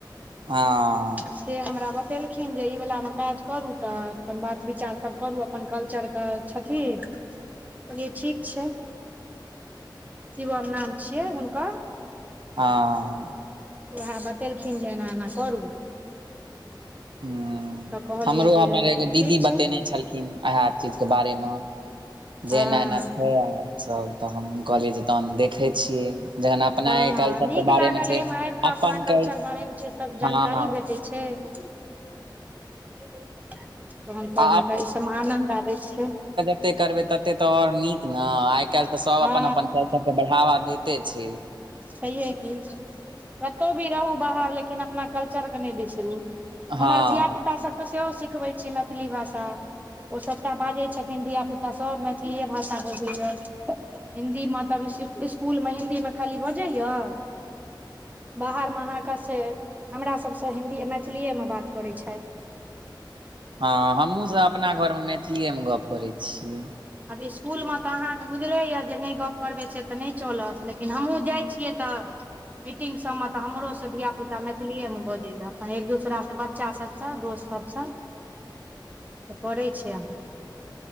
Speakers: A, on the right; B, on the right.
A: हँ
B: से हमरा बतेलखिन जे ई वलामे काज करू तऽ अपन बात विचारसभ करू अपन कल्चरके छथिन कहलियै ठीक छै शिवम नाम छियै हुनकर
A: हँ
B: उएह बतेलखिन जे एना एना करू
A: हू
B: तऽ कहलियै
A: हमरो हमर
B: जे
A: एगो दीदी
B: ठीक छै
A: बतेने छलखिन इहा चीज के बारे मे जे
B: हँ
A: एना एना छै ऐप्प सभ तऽ हमँ कहलियै जे तहन देखै छियै जखन अपना
B: हँ
A: कल्चरके
B: नीक
A: बारेमे
B: लागल
A: छै
B: एहिमे आबि कऽ
A: अपन
B: अपना कल्चर
A: कल
B: बारे मे छै सब
A: हँ
B: जानकारी भेटैत छै छै तन तऽ
A: आ
B: अहाँके ई सब आन्नद आबै छै
A: जतेक करबै ततेक तऽ आओर नीक न आय काल्हि तऽ सभ
B: हँ
A: अपन अपन कल्चरके बढ़ावा दैते छै
B: छैहे की कतहु भी रहु बाहर लेकिन अपना कल्चर के नहि बिसरू
A: हँ
B: हमर धियापुता सबके तऽ सेहो सिखबै छियै मैथिली भाषा ओ सभटा बाजै छथिन धिया पुता सभ मैथिलीए भाषा बजैय हिन्दीमे तब स्कुल में हिन्दीमे खाली बजैय बाहरमे अहाँके से हमरासबसँ हिन्दी मैथिलिएमे बात करैत छथि
A: हँ हमहुँसभ अपना घरमे मैथिलिएमे गप करैत छियै
B: आब स्कुलमे तऽ अहाँके बुझले य जे नहि गप्प करबै से तऽ नहि चलत लेकिन हमहूँ जाय छियै तऽ मीटिंग सब मे तऽ हमरो से धिया पुता मैथिलीेए में बजै या अपन एक दोसरा से बच्चा सभसँ दोस्त सभसँ करै छै अहाँ